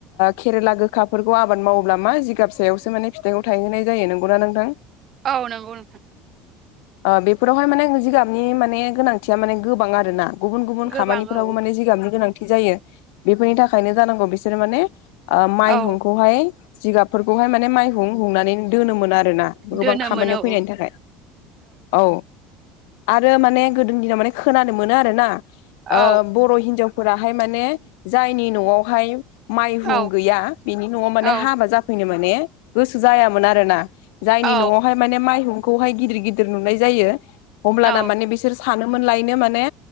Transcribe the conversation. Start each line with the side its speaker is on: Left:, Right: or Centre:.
Left: केरेला गो खाखाफोरखौ आबाद मावोब्ला मा जिगाब फसायावसो माने फिथाइखौ थायहोनाय जायो नंगौना नोंथां।
Right: औ नंगौ नोंथां।
Left: बेफोरावहाय माने जिगाबनि माने गोनांथिया माने गोबां आरो ना। गुबुन गुबुन
Right: गोबां
Left: खामानिफोरावबो
Right: औ
Left: माने जिगाबनि गोनांथि जायो बेफोरनि थाखायनो जानांगौ बिसोरो माने। माइहुंखौहाय
Right: औ
Left: जिगाबफोरखौहाय माने माइहुं हुंनानै दोनोमोन आरोना गोबां
Right: दोनोमोन
Left: खामानियाव
Right: औ
Left: फैनायनि थाखाय औ। आरो माने गोदोनि दिनाव माने खोनानो मोनो आरोना
Right: औ
Left: बर' हिनजाव फोराहाय माने जायनि न'आवहाय माइहुं
Right: औ
Left: गैया बिनि न'आव माने
Right: औ
Left: हा जाैनो माइ गोजोन आरोना जायनि'आव
Right: औ
Left: माने माइहुंखौहाय गिदिर गिदिर नुनाय जायो होनमब्लाना
Right: औ
Left: माने बिसोर सानोमोन लायनो माने